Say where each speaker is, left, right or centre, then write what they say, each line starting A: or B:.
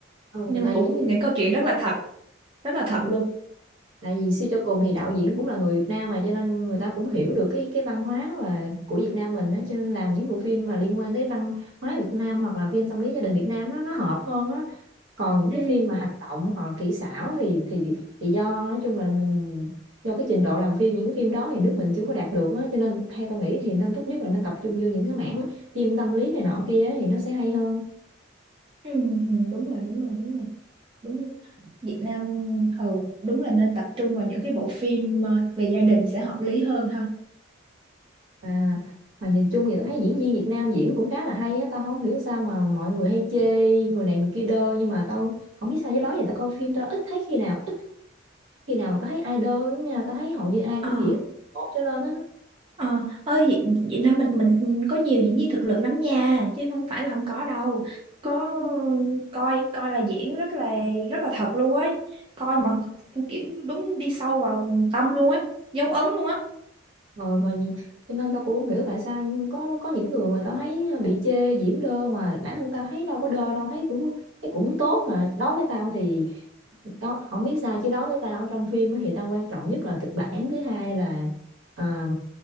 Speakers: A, on the right; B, on the right.
A: ừ,
B: nhưng
A: tại
B: mà cũng
A: vì
B: những câu chuyện rất là thật rất là thật
A: ừ,
B: luôn
A: tại vì suy cho cùng thì đạo diễn cũng là người Việt Nam mà cho nên người ta cũng hiểu được cái cái văn hóa và của Việt Nam mình đó cho nên làm những bộ phim mà liên quan tới văn hóa Việt Nam hoặc là phim tâm lý gia đình Việt Nam nó nó hợp hơn á còn những
B: ừ,
A: cái phim mà hành động hoặc là kỹ xảo thì thì thì do nói chung là do cái trình độ làm phim những cái phim đó thì nước mình chưa có đạt được á cho nên theo tao nghĩ thì nên tốt nhất là nên tập trung vô những cái mảng phim tâm lý này nọ kia á, thì nó sẽ hay hơn
B: ừ, ừ, đúng rồi đúng rồi đúng rồi đúng Việt Nam ừ, đúng là nên tập trung vào những cái bộ phim ờ, về gia đình sẽ hợp lý hơn ha
A: À, mà nhìn chung thì tôi thấy diễn viên Việt Nam diễn cũng khá là hay á, tao không hiểu sao mà mọi người hay chê người này người kia đơ nhưng mà tao không biết sao với đó giờ tao coi phim tao ít thấy khi nào ít khi nào mà tao thấy ai đơ lắm nha, tao thấy hầu như ai cũng
B: Ờ,
A: diễn ổn trở lên á.
B: ờ, ơi Việt, Việt Nam mình mình ừ, có nhiều diễn viên thực lực lắm nha chứ không phải là không có đâu có coi coi là diễn rất là rất là thật luôn ấy coi mà
A: Ừ.
B: kiểu đúng đi sâu vào tâm luôn ấy dấu ấn luôn á
A: Rồi rồi nhìn- cho nên tao cũng không hiểu tại sao có có những người mà tao thấy bị chê diễn đơ mà bản thân tao thấy đâu có đơ đâu thấy cũng thấy cũng tốt mà đối với tao thì đó không biết sao chứ đối với tao trong phim á thì tao quan trọng nhất là kịch bản thứ hai là à,